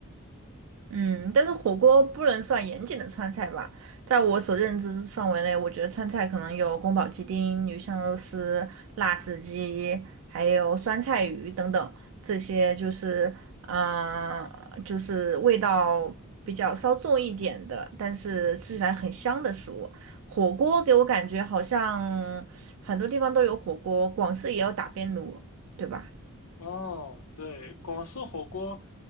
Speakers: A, on the right; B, on the left.
A: 嗯，但是火锅不能算严谨的川菜吧？在我所认知范围内，我觉得川菜可能有宫保鸡丁、鱼香肉丝、辣子鸡，还有酸菜鱼等等，这些就是，嗯、就是味道比较稍重一点的，但是吃起来很香的食物。火锅给我感觉好像很多地方都有火锅，广式也有打边炉，对吧？
B: 哦，对，广式火锅，